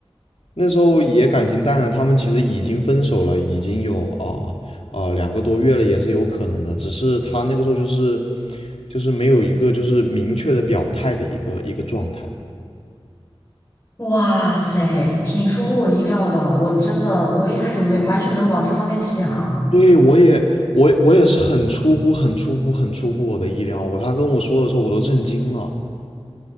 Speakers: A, on the left; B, on the left.
A: 那时候也感情淡了，他们其实已经分手了，已经有啊啊两个多月了，也是有可能的，只是他那个时候就是就是没有一个就是明确的表态的一个一个状态。
B: 哇塞，挺出乎我意料的。我真的，我一开始没完全没有往这方面想。
A: 对，我也，我我也是很出乎、很出乎、很出乎我的意料。我他跟我说的时候，我都震惊了，